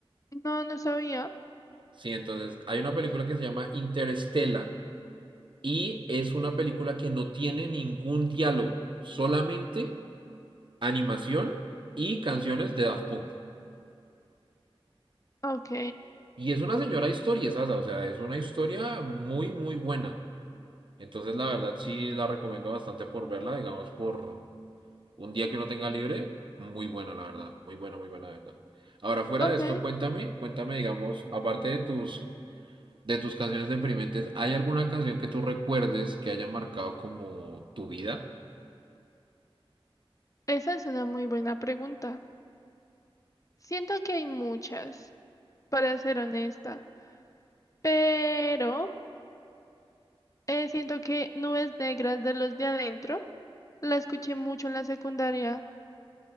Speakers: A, on the left (about 35°); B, on the right (about 55°).
A: No, no sabía.
B: Sí, entonces hay una película que se llama Interestela y es una película que no tiene ningún diálogo, solamente animación y canciones de Daft Punk.
A: Ok.
B: Y es una señora historia, ¿sabes? O sea, es una historia muy, muy buena. Entonces, la verdad, sí la recomiendo bastante por verla, digamos, por un día que uno tenga libre. Muy buena, la verdad. Muy buena, muy buena, la verdad. Ahora, fuera
A: Ok.
B: de esto, cuéntame, cuéntame, digamos, aparte de tus, de tus canciones deprimentes, ¿hay alguna canción que tú recuerdes que haya marcado como tu vida?
A: Esa es una muy buena pregunta. Siento que hay muchas, para ser honesta. Pero eh, siento que Nubes Negras de los de adentro la escuché mucho en la secundaria.